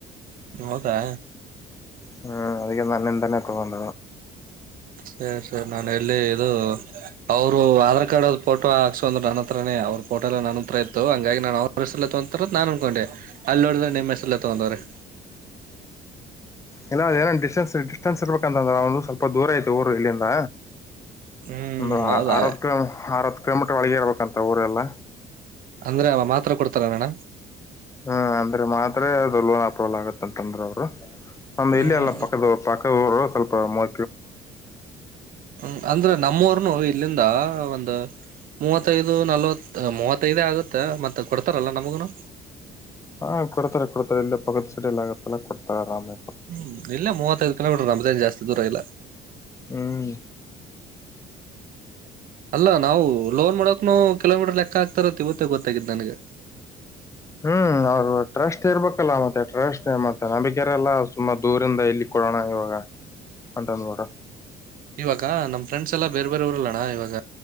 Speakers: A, on the right (about 55°); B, on the left (about 15°).
A: ನಿ ಹದಾ
B: ಹ್ಮ್ ಅದಿಕ ನ ನಿಂತನ ತಗೊಂಡ
A: ಸರಿ ಸರಿ ನಾನು ಅಲ್ಲಿ ಇದು ಅವರು ಆಧಾರ್ ಕಾರ್ಡ್ ಫೋಟೋ ಹಾಕ್ಕ ಅಂದ್ರ ನನ್ನ ಹತ್ರನೇ ಅವ್ರಫೋಟೋ ಎಲ್ಲ ನನ್ನ ಹತ್ರ ಇತ್ತು ಹಂಗಾಗಿ ನಾನ ಅವ ನಾನನ್ ಅಂದಕೊಂಡೆ ಅಲ್ಲಿ ನೋಡ ಮನಿಮ್ಮ್ ಹೇಸರಲ್ಲೆ ತುಗದ್ರೆ
B: ಇಲ್ಲ ಅದ ಏನ ಡಿಸ್ಟೆನ್ಸ್ ಡಿಸ್ಟೆನ್ ಇರ್ಬೇಕಂತಂದ್ರೆ ಅವ ಒಂದು ಸ್ವಲ್ಪ ದೂರ ಐತು ಊರು ಇಲ್ಲಿಂದ
A: ಹ್ಮ್
B: ಒಂದು
A: ಹೌದಾ
B: ಅತ್ ಆ ಕಮಟ್ರ ಒಳಗೆ ಇರಬೇಕಂತ ಊರೆಲ್ಲ
A: ಅಂದ್ರೆ ಅವ ಮಾತ್ರ ಕೊಡ್ತಾರ ಮೇಡ
B: ಹ್ಮ್ ಅಂದ್ರೆ ಮಾತ್ರ ಅದೊಲ್ಲಲ್ ಆಪೋಲ್ ಆಗತ್ತ ಅಂತಂದ್ರ ಅವರು ನಮ್
A: ಹ್ಮ್
B: ಇಲ್ಲಿ ಎಲ್ಲ ಪಕ್ಕದ ಪಕ್ಕದ ಸ್ವಲ್ಪ ಮ
A: ಹ್ಮ ಅಂದ್ರೆ ನಮ್ಮವರ್ನು ಹೋಗ ಇಲ್ಲಿಂದ ಒಂದು ಮೂವತ್ತೈದು ನಲ್ವತ್ ಮೂವತ್ತೈದೇ ಆಗುತ್ತೆ ಮತ್ತೆ ಕೊಡ್ತಾರಲ್ಲ ನಮಗುನು
B: ಹಾ ಕೊಡ್ತಾರೆ ಕೊಡ್ತಾರೆ ಇಲ್ಲ ಪಗತ್ ಸಡಿಿಯಲ್ಲ ಆಗತ್ತಲ್ಲ ಕೊಡ್ತಾರೆ ಆರಾಮೇ
A: ಹ್ಮ್ ಇಲ್ಲೇ ಮೂವತೈದ್ ಕಿಲೋಮೀಟ್ರು <unintelligible> ದೂರ ಇಲ್ಲ
B: ಹ್ಮ್
A: ಅಲ್ಲ ನಾವು ಲೋನ್ ಮಾಡಕ್ನು ಕಿಲೋಮೀಟರ್ ಲೆಕ್ಕ ಆಕ್ತಾರಂತ್ ಇವತ್ತೆ ಗೊತ್ತಾಗಿದ್ ನನ್ಗ
B: ಹ್ಮ್ ಅವ್ರು ಟ್ರಸ್ಟ್ ಇರ್ಬೇಕಲ್ಲ ಮತ್ತೆ ಟ್ರಸ್ಟ್ ಮತ್ತೆ ನಂಬಿಕೆ ಇರಲ್ಲ ಸುಮ್ನ ದೂರಿಂದ ಇಲ್ಲಿ ಕೊಡಣ ಇವಾಗ ಅಂತಂದ್ ನೋಡ
A: ಇವಾಗ ನಮ್ ಫ್ರೆಂಡ್ಸ್ ಎಲ್ಲ ಬೇರೆ ಬೇರೆ ಊರಲ್ಲಣ್ಣ ಇವಾಗ